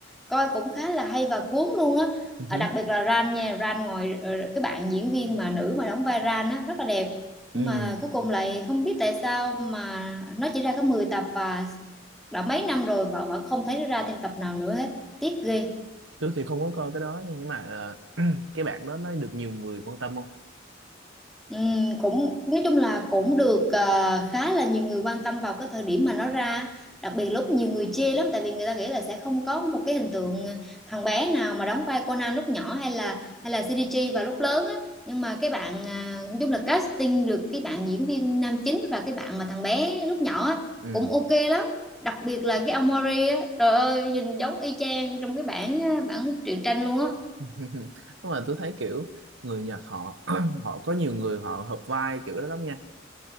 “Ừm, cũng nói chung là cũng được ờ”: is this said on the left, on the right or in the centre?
Centre